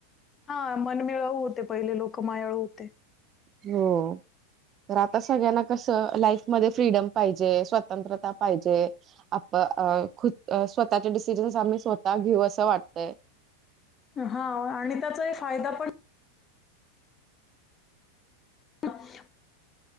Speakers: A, on the left; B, on the right.
A: हा मनमिळवू होते पहिले लोक मायाळ होते.
B: हो. तर आता सगळ्यांना कसं लाईफ मध्ये फ्रीडम पाहिजे स्वतंत्रता पाहिजे. आप खु स्वतःच्या डिसिजन्स आम्ही स्वतः घेऊ असं वाटतंय.
A: हा आणि त्याचा फायदा पण ह